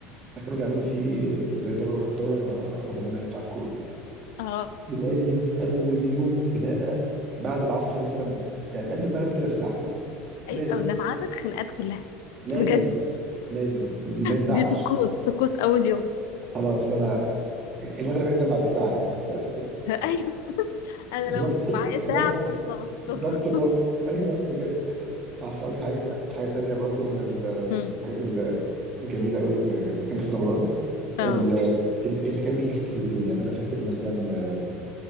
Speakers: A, on the right (about 30°); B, on the left (about 80°).
A: فكانوا بيعملوا فيه زي دوره دوره رمضانيه بتاعت كوره
B: اه
A: لازم اول يوم خناقه بعد العصر مثلا يعني قبل المغرب كده بساعه
B: أي
A: لازم
B: أو ده ما عدا الخناقات كلها
A: لازم
B: بجد
A: لازم ما ينفعش
B: دي طقوس طقوس أول يوم
A: خلاص انا المغرب يقدم بعد ساعه يعني عارفه <laughs>
B: <laughs> أيوة أنا
A: ظبط
B: لو مش معايا ساعة
A: ظبط
B: فأنا ظبطته
A: ظبط الوقت ايوه بجد عارفه اقول لك حاجه حاجه تانيه برضو من
B: امم
A: الحاجات ال- الجميله قوي اللي كانت في رمضان
B: اه
A: ال- ال- اللي كان بيجي في التلفزيون يعني انا فاكر مثلا آه،